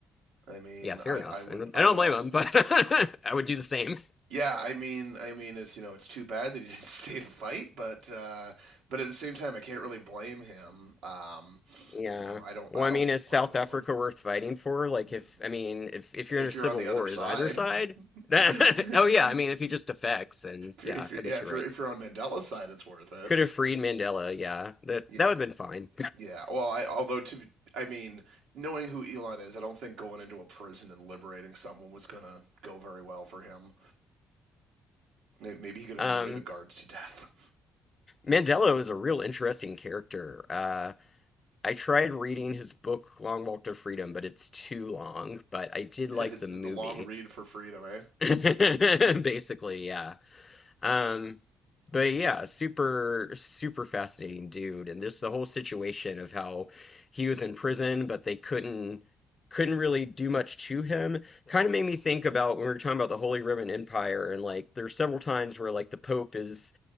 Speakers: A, on the right; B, on the left.
A: I mean,
B: Yeah, fair
A: I
B: enough.
A: I would
B: And
A: I
B: I don't
A: would
B: blame
A: also
B: him,
A: do
B: but <laughs> I would do the same.
A: Yeah, I mean, I mean, it's you know, it's too bad that he <laughs> didn't stay to fight, but uh, but at the same time, I can't really blame him. Um,
B: Yeah.
A: you know, I don't,
B: Well,
A: I
B: I
A: don't
B: mean, is
A: want
B: South
A: to go to
B: Africa
A: war.
B: worth fighting for? Like,
A: Mm.
B: if I mean, if if you're
A: If
B: in a civil
A: you're on the
B: war,
A: other side,
B: is either side?
A: <laughs>
B: <laughs> That,
A: if
B: oh yeah, I mean, if he just defects, then
A: you're,
B: yeah,
A: if you're,
B: I guess
A: yeah, if
B: you're
A: you're
B: right.
A: if you're on Mandela's side, it's worth it.
B: Could have freed Mandela. Yeah, that
A: Yeah,
B: that would have been fine.
A: yeah. Well, I although to, I mean, knowing who Elon is, I don't think going into a prison and liberating someone was gonna go very well for him. Maybe he could annoy
B: <laughs> Um,
A: the guards to death.
B: Mandela was a real interesting character. Uh, I tried reading his book Long Walk to Freedom, but it's too long. But I
A: <laughs>
B: did like
A: it's
B: the
A: the
B: movie.
A: long read for freedom, eh?
B: <laughs> Basically, yeah. Um, but yeah, super, super fascinating dude, and just the whole situation of how he was in prison, but they couldn't couldn't really do much to him. Kind of made me think about when we were talking about the Holy Roman Empire, and like there's several times where like the Pope is